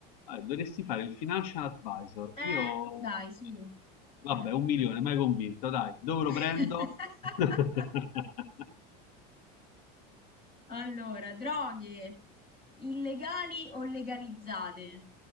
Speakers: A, on the left; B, on the left.
A: Eh, dovresti fare il financial advisor,
B: Eh,
A: io...
B: dai, su.
A: Vabbè,
B: Eh.
A: un milione, mai convinto, dai, dove lo
B: <laughs>
A: prendo? <laughs>
B: Allora, droghe illegali o legalizzate?